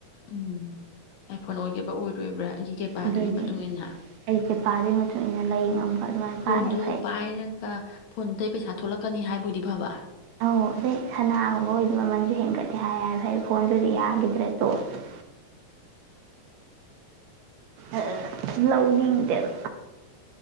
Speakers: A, on the left; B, on the right.
A: ꯎꯝ ꯑꯥꯏ ꯐꯣꯟ ꯑꯣꯏꯒꯦꯕ ꯑꯣꯏꯔꯣꯏꯕ꯭ꯔꯥ ꯑꯩꯒꯤ ꯀꯦꯄꯥꯗꯨꯒꯤ
B: ꯑꯗꯨꯅꯤ
A: ꯃꯇꯨꯡꯏꯟꯅ
B: ꯑꯩ ꯄꯩꯄꯥꯗꯨꯒꯤ ꯃꯇꯨꯡ ꯏꯟꯅ ꯂꯩ ꯉꯝꯕ ꯑꯗꯨꯃꯥꯏꯅ
A: ꯐꯣꯟꯗꯣ
B: ꯄꯥꯏ ꯐꯩ
A: ꯄꯥꯏꯔꯒ ꯐꯣꯟꯗꯩ ꯄꯩꯁꯥ ꯊꯣꯛꯂꯛꯀꯅꯤ ꯍꯥꯏꯕꯣꯏꯗꯤ ꯐꯕ
B: ꯑꯎ ꯑꯗꯩ ꯁꯅꯥꯒꯨꯝꯕ ꯑꯣꯏꯗꯤ ꯃꯃꯟꯖꯨ ꯍꯦꯟꯒꯠꯂꯤ ꯍꯥꯏ ꯍꯥꯏꯕ ꯐꯣꯟꯗꯨꯗꯤ ꯌꯥꯒꯤꯗ꯭ꯔꯦ ꯇꯣꯛꯑꯣ ꯑꯦ ꯂꯧꯅꯤꯡꯗꯦꯗ